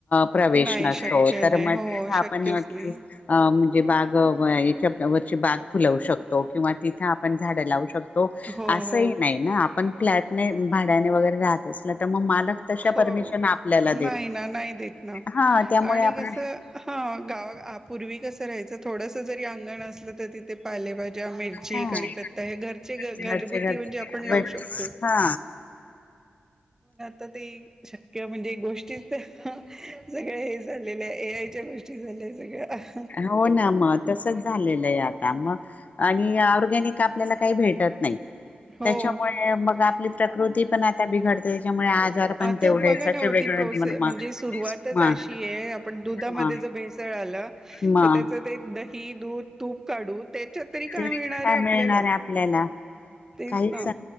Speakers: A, on the left; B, on the right.
A: प्रवेश
B: नाही
A: नसतो.
B: शक्य
A: तर
B: नाही
A: मग
B: हो
A: तिथे
B: शक्यच
A: आपण
B: नाही
A: अ म्हणजे बाग याच्या वरची बाग फुलवू शकतो किंवा तिथे आपण झाड लावू शकतो.
B: हो
A: असंही
B: हो
A: नाही ना आपण फ्लॅटने भाड्याने वगैरे राहात असला तर मग मालक तशा
B: हो.
A: परमिशन आपल्याला देत
B: नाही ना नाही देत ना
A: हा त्यामुळे
B: आणि
A: आपण
B: कस हा. गावा पूर्वी कसं राहायचं थोडंसं जरी अंगण असलं तर तिथे पालेभाज्या, मिरची,
A: हा
B: कढीपत्ता हे घरचे घ-घरगुत
A: घरचे घरचे
B: ती म्हणजे आपण
A: बट
B: लावू शकतो.
A: हा
B: पण आता ते शक्य म्हणजे गोष्टी सगळं हे झालेलं आहे. ए आयच्या गोष्टी झाल्या सगळ्या.
A: हो ना मग तसच झालेलं आता. मग आणि ऑर्गॅनिक आपल्याला काही भेटत नाही.
B: हो
A: त्याच्यामुळे मग आपली प्रकृती पण आता बिघडते. त्याच्यामुळे आजार पण
B: आता
A: तेवढेच
B: बघा
A: असे
B: ना
A: वेगळे
B: ओ ती प्रोसे
A: म
B: म्हणजे सुरुवातच
A: म
B: अशी आहे. आपण दुधामध्ये
A: म
B: जर भेस त आला
A: मग
B: त्याच ते दही दूध. तूप काढू त्याच्यात तरी
A: ते
B: काय मिळणार आहे आपल्याला.
A: मिळणार आहे आपल्याला
B: तेच
A: काहीच
B: ना